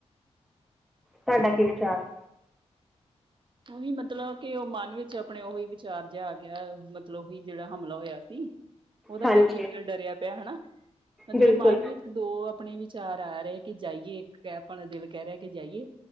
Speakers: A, in the centre; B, on the right.
A: ਤੁਹਾਡਾ ਕੀ ਵਿਚਾਰ ਹੈ।
B: ਉਹੀ ਮਤਲਬ ਕਿ ਉਹ ਮਨ ਵਿੱਚ ਆਪਣੇ ਉਹੀ। ਚਾਰ ਜਿਹਾ ਆ ਗਿਆ ਮਤਲਬ ਕੀ ਜਿਹੜਾ ਹਮਲਾ ਹੋਇਆ ਸੀ। ਉਹਦਾ
A: ਹਾਂਜੀ
B: ਕਰਕੇ ਦਿਲ ਡਰਿਆ ਪਿਆ ਹਨਾ ਮਤਲਬ
A: ਬਿਲਕੁਲ
B: ਮਨ ਵਿੱਚ ਦੋ ਆਪਣੇ ਵਿਚਾਰ ਆ ਰਹੇ। ਕਿ ਜਾਈਏ ਇੱਕ ਆਪਣਾ ਦਿਲ ਕਹਿ ਰਿਹਾ ਕਿ ਜਾਈਏ,